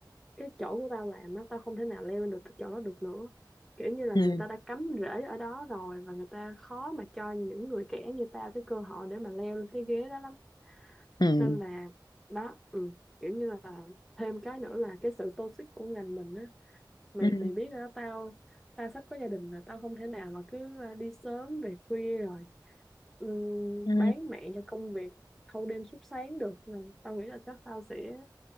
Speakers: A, in the centre; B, on the left (about 60°).
A: cái chỗ của tao làm á tao không thể nào leo lên được cái chỗ đó được nữa kiểu như là
B: ừ
A: người ta đã cắm rễ ở đó rồi và người ta khó mà cho những người trẻ như tao cái cơ hội để mà leo lên cái ghế đó lắm
B: ừ
A: nên là đó ừ. kiểu như là thêm cái nữa là cái sự toxic của ngành mình á mày
B: ừ
A: mày biết rồi đó tao tao sắp có gia đình rồi tao không thể nào mà cứ ờ, đi sớm về khuya rồi ừ,
B: Ừ.
A: bán mạng cho công việc thâu đêm suốt sáng được Nên tao nghĩ là chắc tao sẽ